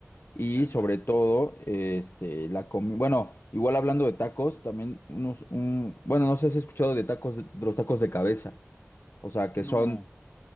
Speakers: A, on the left; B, on the left.
A: Y
B: Tal
A: sobre
B: cual.
A: todo, este, la comida. Bueno, igual hablando de tacos, también unos, un, bueno, no sé si has escuchado de tacos, de, de los tacos de cabeza. O sea, que
B: No.
A: son,